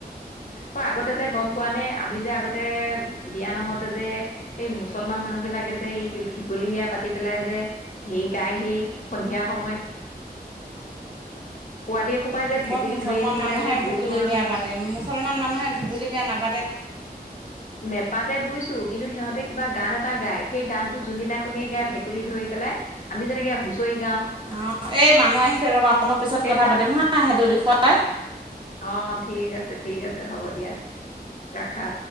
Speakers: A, on the left; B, on the right.
A: অ'! আগতে যে গম পোৱা নে! আমি যে আগতে বিয়া নহওঁতে যে এই মুছলমান মানুহবিলাকে যে, এই ভেকুলী বিয়া পাতি পেলাই যে, সেই গায়, সেই সন্ধিয়া সময়ত <unintelligible> পোৱালীয়ে এসোপায় যে, ভেকুলী
B: ক'ত
A: ধৰি
B: মুছলমান
A: আনি পেলাই
B: মানুহে
A: যে গোল
B: ভেকুলী
A: হৈ
B: বিয়া
A: হৈ
B: পাতে! মুছলমান মানুহে ভেকুলী বিয়া নাপা
A: নেপাতে বুজিছোঁ! কিন্তু, সিহঁতে কিবা গান এটা গায়। সেই, গানটো যোনদিনা শুনিয়ে গায় ভে ভেকুলী ধৰি পেলাই। আমি যেনেকে হুঁচৰি গাওঁ
B: অ'! এই মানুহ আহিছে ৰ'বা! মই পিছত
A: সেইদিনাখন
B: কথা পাতিম হা সেইটো বিষয়ে।
A: অ' ঠিক আছে, ঠিক আছে হ'ব দিয়া, ৰাখা।